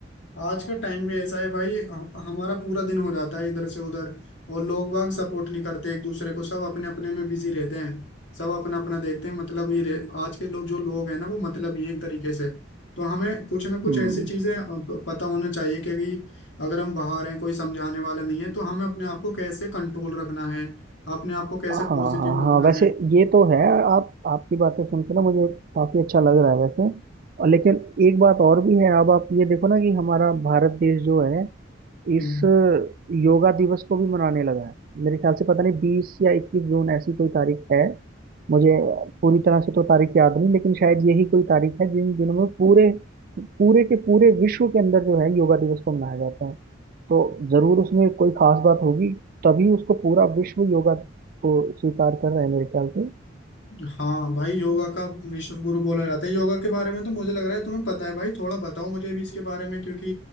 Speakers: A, on the left; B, on the right.
A: आज का टाइम भी ऐसा है भाई हम- हमारा पूरा दिन हो जाता है इधर से उधर और लोग बाग सपोर्ट नहीं करते एक दूसरे को सब अपने अपने में बिजी रहते हैं सब अपना अपना देखते हैं मतलब ही रह, आज के लोग जो लोग हैं ना वो मतलब ही हैं एक तरीके से तो हमें कुछ ना कुछ
B: हम्म,
A: ऐसी चीजें अ, प- पता होना चाहिए कि भाई अगर हम बाहर हैं कोई समझाने वाला नहीं है तो हमें अपने आप को कैसे कंट्रोल रखना है अपने आप को कैसे
B: हाँ हाँ
A: पॉजिटिव रखना
B: हाँ वैसे ये तो है आप आपकी बातें सुनकर ना मुझे काफ़ी अच्छा लग रहा है वैसे और लेकिन एक बात और भी है अब आप ये देखो ना कि हमारा भारत देश जो है इस
A: है
B: योगा दिवस को भी मनाने लगा है मेरे ख्याल से पता नहीं बीस या इक्कीस जून ऐसी कोई तारीख है मुझे पूरी तरह से तो तारीख याद नहीं लेकिन शायद यही कोई तारीख है जिन दिनों में पूरे पूरे के पूरे विश्व के अंदर जो है योगा दिवस को मनाया जाता है तो जरूर उसमें कोई खास बात होगी तभी उसको पूरा विश्व योगा को स्वीकार कर रहा है मेरे ख्याल से
A: हाँ भाई योगा का विश्व गुरु बोला जाता है योगा के बारे में तो मुझे लग रहा है तुम्हें पता है भाई थोड़ा बताओ मुझे भी इसके बारे में क्योंकि